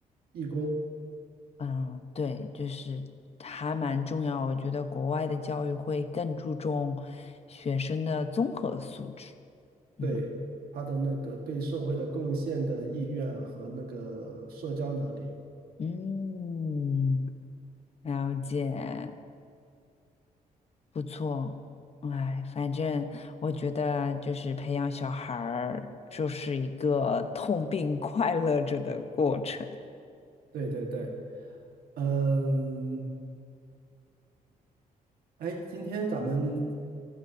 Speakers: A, on the right; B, on the left.
A: 义工，
B: 嗯，对，就是还蛮重要。我觉得国外的教育会更注重学生的综合素质。嗯
A: 对，他的那个对社会的贡献的意愿和那个社交能力，
B: 嗯，了解，不错。哎，反正我觉得就是培养小孩儿，就是一个痛并快乐着的过程。
A: 对对对，嗯，哎，今天咱们